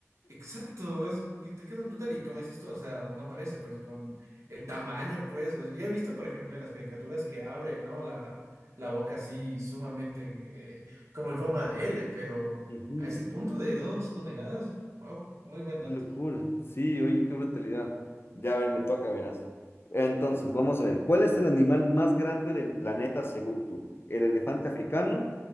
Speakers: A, on the right; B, on the left.
A: Exacto, es que te quedas brutal y como dices tú, o sea, no parece pues con el tamaño, pues, o- yo he visto, por ejemplo, en las caricaturas que abre, ¿no? La, la boca así sumamente eh, como en forma de L, pero
B: Ujú.
A: a ese punto de dos toneladas, wow, muy buen dato.
B: Qué locura. Sí, oye, qué brutalidad. Ya, a ver, me toca, verás. Entonces, vamos a ver. ¿Cuál es el animal más grande del planeta según tú? ¿El elefante africano,